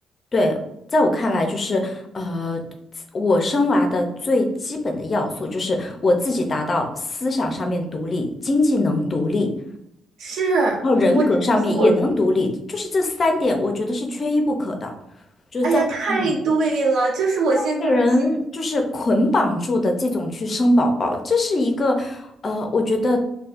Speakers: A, on the left; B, on the right.
A: 对，在我看来，就是呃，我生娃的最基本的要素就是我自己达到思想上面独立，经济能独立，
B: 是
A: 然后人格上面也能独立，
B: 我，就是我，
A: 就是这三点，我觉得是缺一不可的。就是在嗯，
B: 哎呀，太对了，就是我现在的心。
A: 被人就是捆绑住的这种去生宝宝，这是一个呃，我觉得